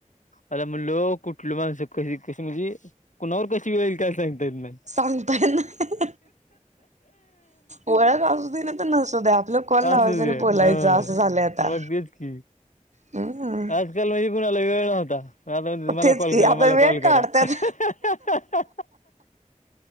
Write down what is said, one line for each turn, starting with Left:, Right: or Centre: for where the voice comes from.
Left: आता म्हणलो कुठलं माणसं कशी कशी म्हणजे कुणावर कशी वेळे काय सांगता. नाही
Right: सांगता येत नाही ओळख असू दे ना तर नसू दे आपलं कॉल लावायचं
Left: असू
Right: आणि
Left: दे
Right: बोलायचं
Left: हा.
Right: असं
Left: त
Right: झालंय आता
Left: बच क
Right: हम्म
Left: आजकाल व <unintelligible> कुणाला वेळ नव्हता. आताण मला
Right: तेच
Left: कॉल
Right: की
Left: करा
Right: आता
Left: मला
Right: वेळ
Left: कॉल करा
Right: काढत्यात
Left: का